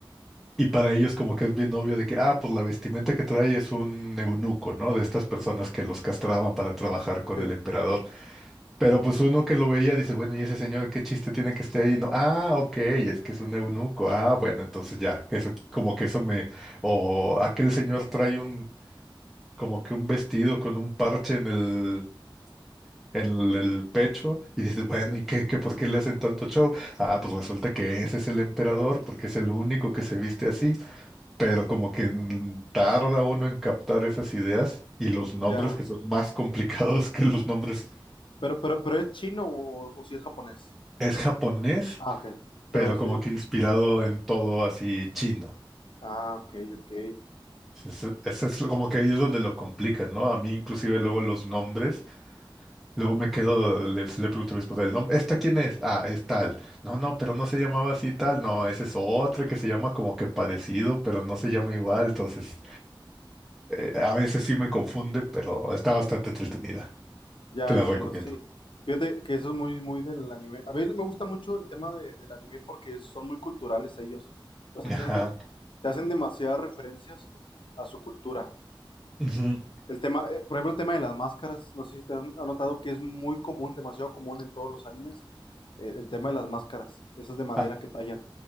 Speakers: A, in the centre; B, on the left.
A: y para ellos como que es bien obvio de que, ah, pues la vestimenta que trae es un eunuco, ¿no? De estas personas que los castraban para trabajar con
B: sí,
A: el emperador. Pero pues uno que lo veía dice, bueno, ¿y ese señor qué chiste tiene que esté ahí? No, ah, ok, es que es un eunuco. Ah, bueno, entonces ya, eso como que eso me, o aquel señor trae un, como que un vestido con un parche en el en el pecho y dices, bueno,
B: sí,
A: ¿y qué, qué, por qué le hacen tanto show? Ah, pues resulta que ese es el emperador porque es el único que se viste así, pero como que en- tarda uno en captar esas ideas y los nombres
B: ya.
A: que son más complicados que los nombres.
B: Pero, pero, pero ¿es chino o, o si es japonés?
A: Es japonés,
B: Ah, ok.
A: pero
B: Pero sí.
A: como que inspirado en todo así chino.
B: Ah, ok, ok.
A: Eso es, es como que ahí es donde lo complican, ¿no? A mí inclusive luego los nombres. Luego me quedo, le, le pregunto a mi esposa el nombre, ¿esta quién es? Ah, es tal. No, no, pero no se llamaba así tal. No, ese es otro que se llama como que parecido, pero no se llama igual. Entonces, eh, a veces sí me confunde, pero está bastante entretenida.
B: Ya
A: Te la
B: entiendo,
A: recomiendo.
B: sí. Fíjate que eso es muy, muy del anime. A mí me gusta mucho el tema de- del anime porque son muy culturales ellos. Pues hacen,
A: Ajá.
B: de- te hacen demasiadas referencias a su cultura.
A: ujú.
B: El tema, eh, por ejemplo, el tema de las máscaras, no sé si te has notado que es muy común, demasiado común en todos los animes, eh, el tema de las máscaras, esas de madera
A: A-
B: que tallan. O